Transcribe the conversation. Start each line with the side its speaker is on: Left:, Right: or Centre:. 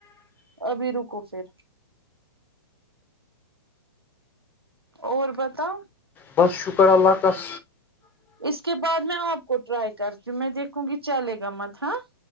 Right: ابھی رکو پھر اور پتا
Left: بہ شکپار علاقس
Right: اس کے بعد میں آپ کو ٹرائی کرتی ہوں میں دیکھوں گی چلے گا مت ہاں